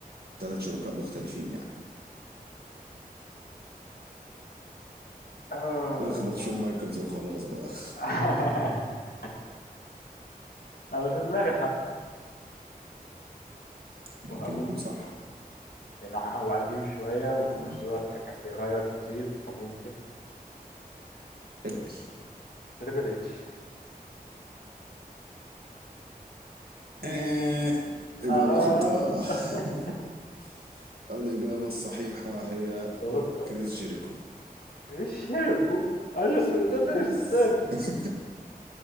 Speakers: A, on the right; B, on the left.
A: تلات شركاء مختلفين يعني
B: آه.
A: اخبط شون مايكلز وخلاص بقى <laughs>
B: <laughs> انا في دماغي حد
A: <applause> ممكن
B: وهقوله
A: يكون صح
B: لانه هو قديم شوية وفي
A: اه
B: نفس الوقت كان بيغير كتير فممكن
A: اركي
B: تريبل اتش
A: آه. إجابة
B: آه.
A: خاطئة
B: <laughs>
A: <laughs> <applause> الإجابة الصحيحة هي
B: صاروخ ولا
A: كريس
B: ايه
A: جيريكو
B: كريش شيركو انا اسمه ده ليش
A: يس
B: تاني
A: <laughs>